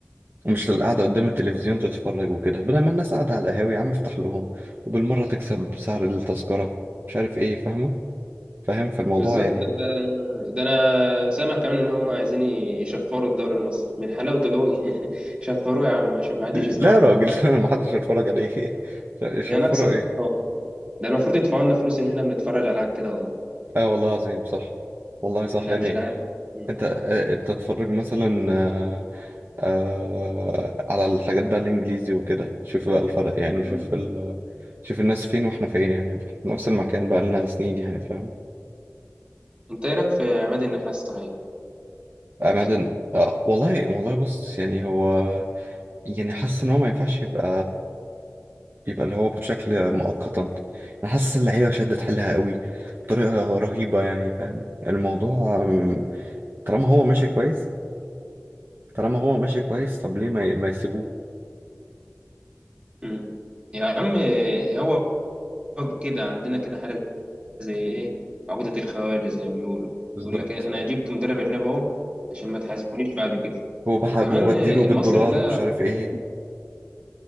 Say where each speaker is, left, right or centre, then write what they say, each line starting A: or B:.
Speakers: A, on the right (about 45°); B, on the right (about 25°).
A: مش للقعدة قدام التلفزيون تتفرج وكده بدل ما الناس قاعدة على القهاوي يا عم افتح لهم وبالمرة تكسب سعر التذكرة مش عارف ايه فاهمة فاهم فالموضوع
B: بالظبط
A: يعني
B: ده, ده ده انا سامع كمان ان هم عايزين يشفروا الدوري المصري من حلاوته قوي <laughs> شفروه يا عم عشان ما حدش
A: لا
B: يسمعه
A: يا
B: خالص
A: راجل <laughs> محدش هيتفرج عليه <laughs> يشفروا
B: هي ناقصه
A: ايه
B: اه ده المفروض يدفعوا لنا فلوس ان احنا بنتفرج على العاب كده والله
A: اه والله عظيم صح والله صح
B: يلعب
A: يعني
B: مش العاب مم.
A: انت آه، انت تتفرج مثلا آه، آه، على الحاجات بقى الانجليزي وكده شوف بقى الفرق يعني شوف
B: مم.
A: ال... شوف الناس فين واحنا فين يعني في نفس المكان بقى لنا سنين يعني فاهم
B: انت ايه رايك في عماد النحاس صحيح بتاع
A: أماكن
B: الأهلي؟
A: آه والله والله بص يعني هو يعني حاسس إن هو ما ينفعش يبقى يبقى اللي هو بشكل مؤقتا انا حاسس اللعيبه شدت حيلها قوي بطريقه رهيبه يعني فاهم الموضوع أم، طالما هو ماشي كويس طالما هو ماشي كويس طب ليه ما, ي- ما يسيبوه
B: مم. يا عم هو كده عندنا كده حاجه زي ايه عقده الخواجه زي ما بيقولوا
A: بالظبط
B: يقول لك إيه، انا جبت مدرب اجنبي اهو عشان ما تحاسبونيش بعد كده
A: وبحب
B: وكمان
A: وبديله
B: المصري
A: بالدولار
B: ده
A: ومش عارف ايه